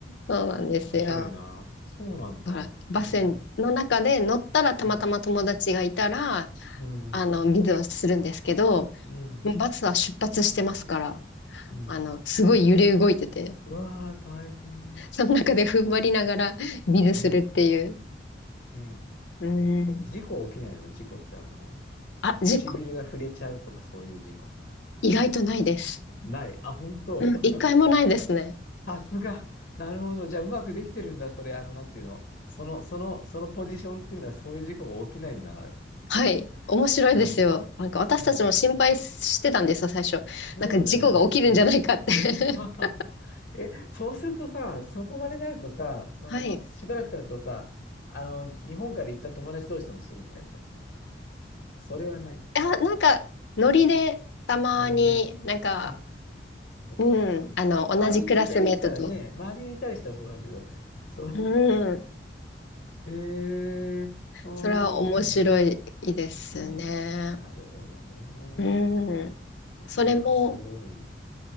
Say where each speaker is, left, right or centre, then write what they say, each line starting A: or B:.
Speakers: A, on the left; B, on the left.
A: そうなんですよ。
B: 面白いな。そうなんだ。
A: だからバスの中で乗ったらたまたま友達がいたら、
B: へえ、うん、うん、
A: あの、水をするんですけど、
B: うん。
A: もうバスは出発してますから、
B: うん
A: あの、すごい揺れ動いてて、
B: うわー、大変。
A: その中で踏ん張りながら <laughs> 水するっていう。
B: ねえ、ねえ。
A: うん。
B: あ、本当事故は起きないの事故ってあの、
A: あ、事故、
B: 唇が触れちゃうとかそういう事故。
A: 意外とないです。
B: ない。あ、本当
A: うん、一回もないですね。
B: さすが。<laughs> なるほど。じゃあ、うまくできてるんだ。それ、あの、なんていうのその、その、そのポジションっていうのは、そういう事故が起きないんだな、きっと。
A: はい。面白いですよ。
B: うん。面
A: なんか私たちも心配してたんですよ、
B: 白いね。
A: 最初。
B: するよね、
A: なんか事故が起きるんじゃないかって
B: 普通ね。<laughs>
A: <laughs>
B: え、そうするとさ、そこまでなるとさ、その、
A: はい。い
B: しばらく経つとさ、あの、日本から行った友達同士でもするの、やっぱり。それはない。
A: や、なんか、ノリでたまになんか
B: ノリで。あ、そっかそっか。
A: うん。あの、同じクラスメートと。
B: 周りにいたりしたらね、周りにいたりしたらそうなるけど、その、
A: うん。
B: <laughs> えー、そういうもんなんだ。
A: それは面白いですね。
B: うん。なるほどね。
A: うん。それも、
B: いや、すごい。